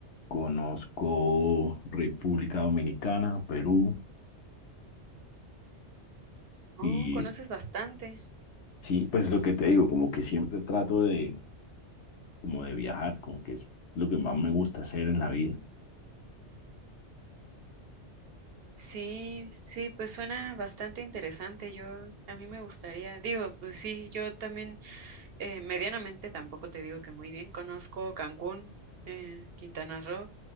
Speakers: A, on the left; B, on the right.
A: conozco República Dominicana, Perú.
B: Oh,
A: Y
B: conoces bastante.
A: sí, pues lo que te digo, como que siempre trato de, como de viajar, como que es lo que más me gusta hacer en la vida.
B: Sí, sí, pues suena bastante interesante. Yo, a mí me gustaría, digo, pues sí, yo también eh, medianamente tampoco te digo que muy bien. Conozco Cancún, eh, Quintana Roo,